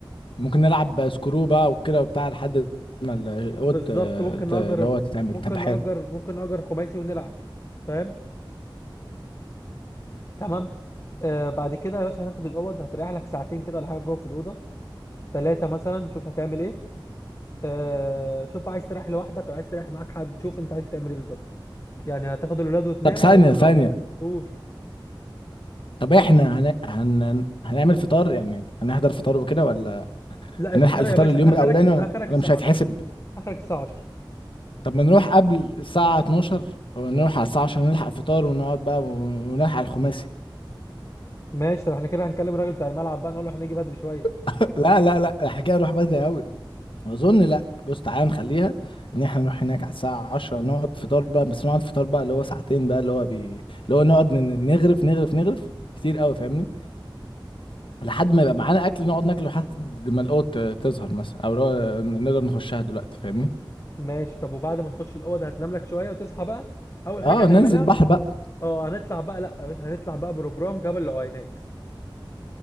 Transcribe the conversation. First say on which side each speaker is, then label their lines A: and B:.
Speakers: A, on the left; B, on the left.
A: ممكن نلعب سكرو بقى وكده وبتاع لحد ما الاوض
B: بالظبط ممكن نأجر
A: اللي هو تتعمل
B: ممكن
A: طب حلو
B: نأجر ممكن نأجر خماسي ونلعب فاهم تمام آه بعد كده يا باشا هناخد الاوض هتريح لك ساعتين كده ولا حاجه جوه في الاوضه ثلاثه مثلا شوف هتعمل ايه آه شوف بقى عايز تريح لوحدك ولا عايز تريح معاك حد شوف انت عايز تعمل ايه بالظبط يعني هتاخد الولاد وتناموا
A: طب ثانية
B: ولا هتنام
A: ثانية
B: لوحدك قول
A: طب احنا هن... هن... هنعمل فطار يعني هنحضر فطار وكده ولا
B: لا
A: هنلحق
B: الفطار
A: الفطار
B: يا باشا
A: اليوم
B: اخرك
A: الاولاني ولا
B: اخرك
A: ولا
B: الساعه
A: مش هيتحسب
B: 10 اخرك الساعه 10
A: طب ما نروح قبل الساعة 12 ونروح على الساعة عشان نلحق فطار ونقعد بقى ون- ونلحق الخماسي
B: ماشي طب احنا كده هنكلم الراجل بتاع الملعب بقى نقول له هنيجي بدري شويه
A: <laughs> لا لا لا الحكاية نروح بدري قوي أظن لا بص تعالى نخليها إن إحنا نروح هناك على الساعة 10 نقعد فطار بقى بس نقعد فطار بقى اللي هو ساعتين بقى اللي هو بي... اللي هو نقعد ن- نغرف نغرف نغرف كتير قوي فاهمني لحد ما يبقى معانا أكل نقعد ناكله لحد ما القوت تظهر مثلا أو اللي هو ن- نقدر نخشها دلوقتي فاهمني
B: ماشي طب وبعد ما نخش الاوضه هتنام لك شويه وتصحى بقى اول حاجه
A: اه
B: هنعملها
A: ننزل بحر بقى
B: اه هنطلع بقى لا يا باشا هنطلع بقى بروجرام جبل العوينات